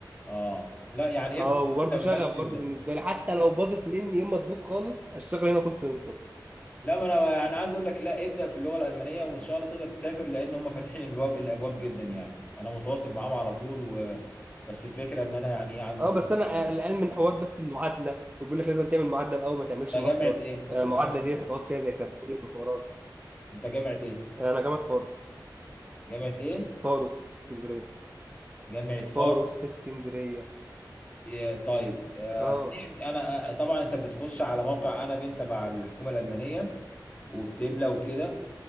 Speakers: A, on the left (about 20°); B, on the right (about 20°).
A: اه لا يعني
B: اه
A: ابدا
B: وبرضه
A: انت ما بداتش
B: شغف
A: ابدا
B: برضه بالنسبه لي حتى لو باظت مني يوم ما تبوظ خالص اشتغل هنا كول سنتر
A: لا ما انا انا عايز اقول لك لا ابدا في اللغه الالمانيه وان شاء الله تقدر تسافر لان هم فاتحين البواب الابواب جدا يعني انا متواصل معاهم على طول و... بس الفكره ان انا يعني ايه عندي
B: اه
A: ظروف
B: بس
A: معينه
B: انا قلقان من حوار بس المعادله وبيقول لك لازم تعمل معادله الاول ما تعملش
A: انت
B: ماستر
A: جامعه ايه
B: آه،
A: انت
B: المعادله
A: جامعه
B: دي
A: ايه
B: هتقعد فيها زي سنتين وحوارات
A: انت جامعه ايه
B: آه، انا جامعه فاروس
A: جامعه ايه
B: فاروس في اسكندريه
A: جامعه فاروس
B: فاروس في اسكندريه
A: إيه طيب آه،
B: اه
A: إيه، انا آه، طبعا انت بتخش على موقع انا بنت تبع الحكومه الالمانيه وبتملى وكده